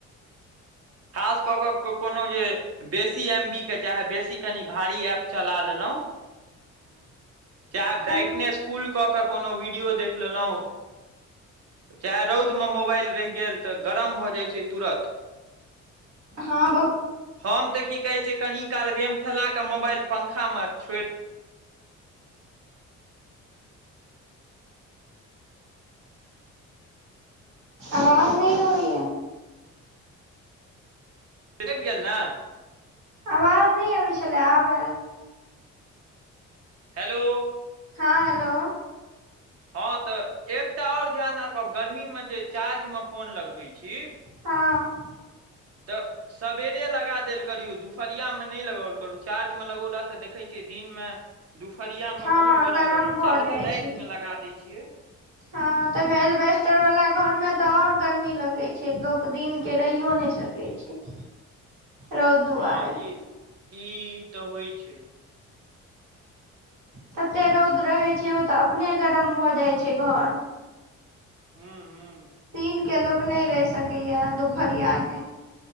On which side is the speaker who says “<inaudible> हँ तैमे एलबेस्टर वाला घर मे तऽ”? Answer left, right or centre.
Right